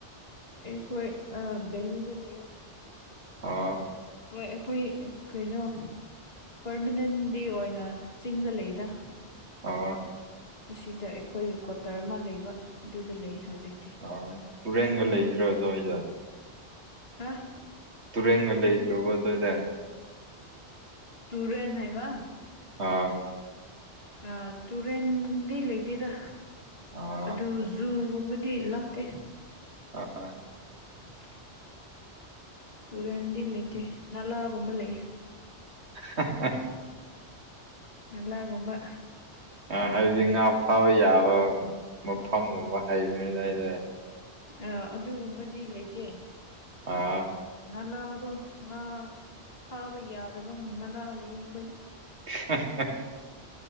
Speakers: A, on the left; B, on the right.
A: ꯑꯩꯈꯣꯏ ꯑꯥ ꯕꯦꯂꯤꯗ ꯂꯩꯌꯦ
B: ꯑꯣ
A: ꯍꯣꯏ ꯑꯩꯈꯣꯏ ꯀꯩꯅꯣ ꯄꯔꯃꯅꯦꯟ ꯗꯤꯑꯣꯏꯅ ꯆꯤꯡꯗ ꯂꯩꯗ
B: ꯑꯣ
A: ꯑꯁꯤꯗ ꯑꯩꯈꯣꯏꯒꯤ ꯀ꯭ꯋꯥꯇꯔ ꯑꯃ ꯂꯩꯕ ꯑꯗꯨꯗ ꯂꯩ ꯍꯧꯖꯤꯛ
B: ꯑ ꯇꯨꯔꯦꯟꯒ ꯂꯩꯗ꯭ꯔꯣ ꯑꯗꯨꯋꯥꯏꯗ
A: ꯍꯥ
B: ꯇꯨꯔꯦꯟꯒ ꯂꯩꯇ꯭ꯔꯣꯕ ꯑꯗꯥꯏꯗ
A: ꯇꯨꯔꯦꯟ ꯍꯥꯏꯕ
B: ꯑꯥ
A: ꯑꯥ ꯇꯨꯔꯦꯟꯗꯤ ꯂꯩꯇꯦꯗ
B: ꯑꯥ
A: ꯑꯗꯨ ꯖꯨꯒꯨꯝꯕꯗꯤ ꯂꯥꯞꯇꯦ
B: ꯑꯥ
A: <inaudible> ꯇꯨꯔꯦꯟꯗꯤ ꯂꯩꯇꯦ ꯅꯂꯥꯒꯨꯝꯕ ꯂꯩꯌꯦ
B: ꯍꯥ ꯍꯥ
A: ꯅꯂꯥ ꯒꯨꯝꯕ
B: ꯑꯥ ꯍꯥꯏꯕꯗꯤ ꯉꯥ ꯐꯥꯕ ꯌꯥꯕ ꯃꯐꯝꯒꯨꯝꯕ ꯍꯥꯏꯕꯅꯤꯗ ꯑꯩꯗꯤ
A: ꯑ ꯑꯗꯨꯒꯨꯝꯕꯗꯤ ꯂꯩꯇꯦ
B: ꯑꯥ
A: ꯅꯂꯥꯗꯣ ꯉꯥ ꯊꯥꯕ ꯌꯥꯗꯕ ꯅꯂꯥ ꯂꯩꯌꯦ ꯑꯩꯈꯣꯏꯗ
B: <inaudible>